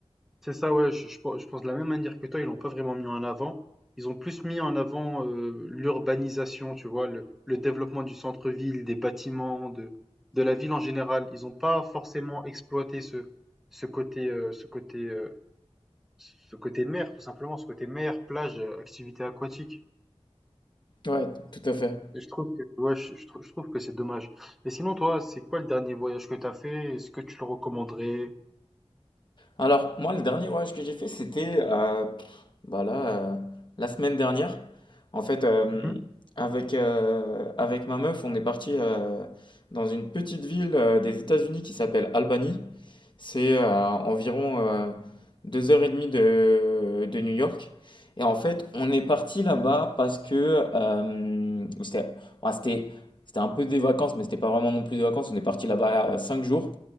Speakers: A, in the centre; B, on the left.
A: C'est ça, ouais. Je, je pense je pense de la même manière que toi, ils l'ont pas vraiment mis en avant. Ils ont plus mis en avant euh, l'urbanisation, tu vois, le, le développement du centre-ville, des bâtiments, de, de la ville en général. Ils ont pas forcément exploité ce, ce côté, euh, ce côté euh, Ce côté mer, tout simplement, ce côté mer, plage, euh, activité aquatique.
B: Ouais, tout à fait.
A: Et je trouve que, ouais, je, je trou- je trouve que c'est dommage. Et sinon, toi, c'est quoi le dernier voyage que t'as fait? Est-ce que tu le recommanderais?
B: Alors, moi, le dernier voyage que j'ai fait, c'était euh, pff, bah là, euh, la semaine dernière. En fait, euh,
A: Mhm.
B: avec, euh, avec ma meuf, on est parti euh, dans une petite ville euh, des États-Unis qui s'appelle Albany. C'est euh, environ euh, deux heures et demie de, de New York. Et en fait, on est parti là-bas parce que euh, c'était ouais, c'était- c'était un peu des vacances, mais c'était pas vraiment non plus des vacances. On est parti là-bas euh, cinq jours